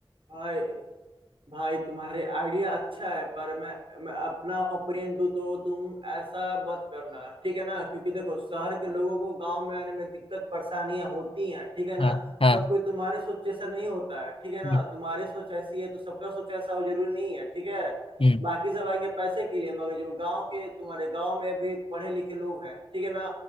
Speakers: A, on the right; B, on the left.
A: भाई भाई तुम्हारे आइडिया अच्छा है पर मैं मैं अपना ओपिनियन दूं तो तुम ऐसा मत करना ठीक है ना क्योंकि देखो शहर के लोगों को गांव में आने में दिक्कत परेशानियां होती हैं ठीक है ना
B: हाँ हाँ
A: सब कोई तुम्हारे सोच जैसा नहीं होता है ठीक है ना
B: हम्म
A: तुम्हारी सोच ऐसी है तो सबका सोच ऐसा हो जरूरी नहीं है ठीक है
B: हम्म
A: बाकी सब आएंगे पैसे के लिए मगर जो गांव के तुम्हारे गांव में भी पढ़े लिखे लोग हैं ठीक है ना